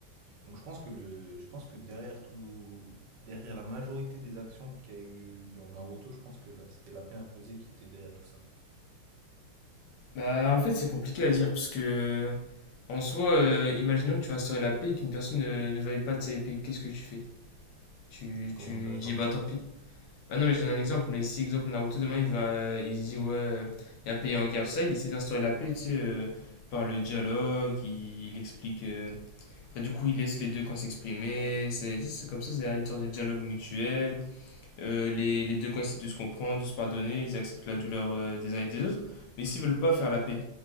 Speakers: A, on the right; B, on the left.
A: Donc je pense que le, je pense que derrière tout, derrière la majorité des actions qu'il y a eu dans Naruto, je pense que là, c'était la paix imposée qui était derrière tout ça.
B: Bah, en fait, c'est compliqué à dire parce que, en soi, euh, imaginons que tu vas instaurer la paix et qu'une personne ne, ne veuille pas de sa paix Qu'est-ce que tu fais? Tu,
A: Comment
B: tu
A: ça,
B: dis,
A: genre
B: bah
A: qui?
B: tant pis. Ah non, mais je donne un exemple. Mais si, exemple, Naruto, demain, il va, euh, il dit, ouais, euh, il y a un pays en guerre, tout ça, il essaie d'instaurer la paix, tu sais, euh, par le dialogue, il, il explique. euh, Enfin, du coup, il laisse les deux camps s'exprimer. C'est c'est comme ça, c'est une sorte de dialogue mutuel. Euh, les, les deux camps essaient de se comprendre, de se pardonner, ils acceptent la douleur euh, des uns et des autres. Mais s'ils veulent pas faire la paix,